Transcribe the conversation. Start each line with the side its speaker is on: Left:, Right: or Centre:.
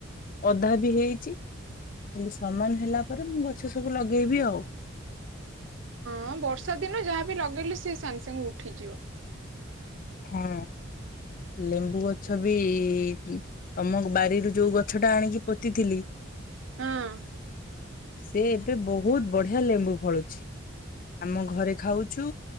Left: ଅଧା ବି ହେଇଛି ଖାଲି ସମାନ ହେଲା ପରେ ମୁଁ ଗଛ ସବୁ ଲଗେଇବି ଆଉ।
Right: ହଁ ବର୍ଷା ଦିନ ଯାହାବି ଲଗେଇଲେ ସିଏ ସାଙ୍ଗେ ସାଙ୍ଗେ ଉଠିଯିବ।
Left: ହଁ ଲେମ୍ବୁ ଗଛ ବି ତମ ବାରିରୁ ଯୋଉ ଗଛ ଟା ଆଣିକି ପୋତିଥିଲି।
Right: ହଁ
Left: ସେ ଏବେ ବହୁତ ବଢ଼ିଆ ଲେମ୍ବୁ ଫଳୁଛି। ଆମ ଘରେ ଖାଉଛୁ।